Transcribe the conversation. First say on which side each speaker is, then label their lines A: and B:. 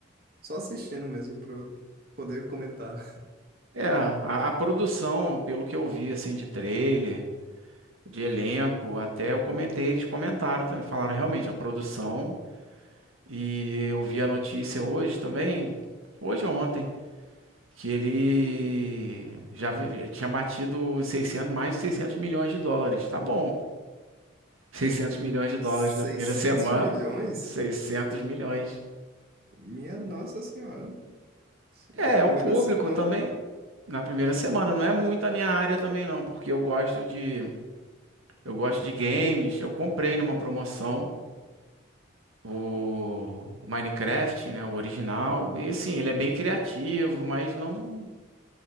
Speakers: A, on the right; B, on the right.
A: Só assistindo mesmo para eu poder comentar.
B: É, a, a produção, pelo que eu vi, assim, de trailer, de elenco, até eu comentei, eles comentaram também. Falaram realmente, a produção. E eu vi a notícia hoje também, hoje ou ontem, que ele já vi- tinha batido 600, mais de 600 milhões de dólares. Tá bom. 600 milhões de dólares
A: Seiscentos
B: na primeira semana,
A: milhões?
B: 600 milhões.
A: Minha Nossa Senhora. Na
B: É,
A: primeira
B: o público
A: semana,
B: também na primeira semana, não é muito a minha área também não, porque eu gosto de eu gosto de games, eu comprei numa promoção o o Minecraft, né, o original, e assim, ele é bem criativo, mas não